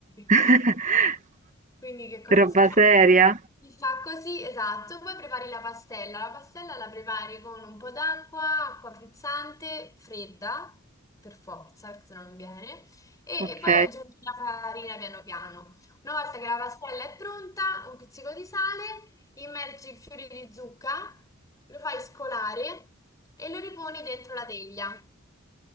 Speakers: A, on the left; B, on the right.
A: <laughs>
B: <laughs>
A: Quindi che cosa
B: Roba
A: si fa?
B: seria.
A: Si fa così, esatto. Poi prepari la pastella. La pastella la prepari con un po' d'acqua, acqua frizzante, fredda, per forza, perché se no non viene. E,
B: Ok.
A: e poi aggiungi la farina piano piano. Una volta che la pastella è pronta, un pizzico di sale, immergi i fiori di zucca, lo fai scolare e lo riponi dentro la teglia,